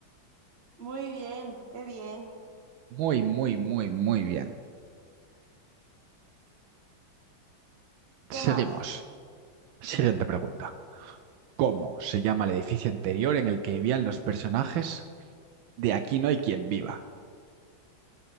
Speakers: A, on the right; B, on the right.
A: Muy bien, qué bien.
B: Muy, muy, muy, muy bien.
A: ¿Qué
B: Seguimos.
A: más?
B: Siguiente pregunta. ¿Cómo se llama el edificio anterior en el que vivían los personajes de Aquí no hay quien viva?